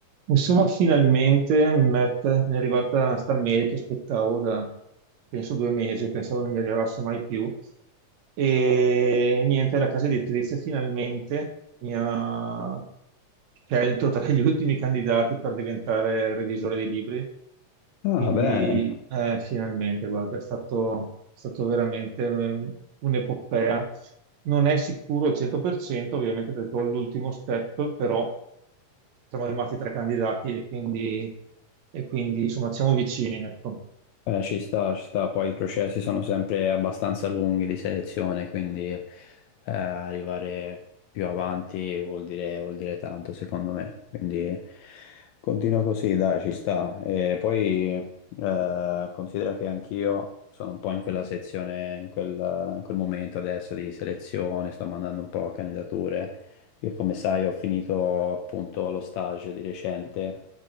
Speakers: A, on the right; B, on the left.
A: Insomma, finalmente Matt, mi è arrivata sta mail che aspettavo da, penso, due mesi, pensavo non mi arrivasse mai più. E niente, la casa editrice finalmente mi ha scelto tra gli ultimi candidati per diventare revisore dei libri.
B: Ah,
A: Quindi,
B: bene,
A: eh, finalmente, guarda, è stato, è stato veramente eh, un'epopea. Non è sicuro al 100%, ovviamente, perché ho l'ultimo step, però siamo rimasti tre candidati e quindi, e quindi, insomma siamo vicini, ecco.
B: Eh, ci sta, ci sta, poi i processi sono sempre abbastanza lunghi di selezione, quindi eh, arrivare più avanti vuol dire, vuol dire tanto secondo me, quindi continua così, dai, ci sta. E poi eh, considera che anch'io sono un po' in quella sezione, in quel, in quel momento adesso di selezione, sto mandando un po' candidature. Perché come sai ho finito appunto lo stage di recente